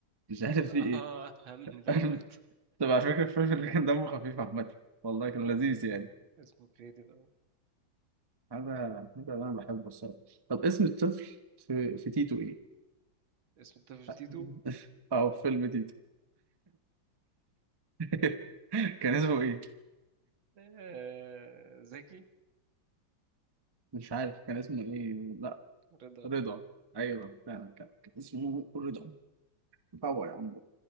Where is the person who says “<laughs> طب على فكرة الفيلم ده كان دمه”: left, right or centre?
Right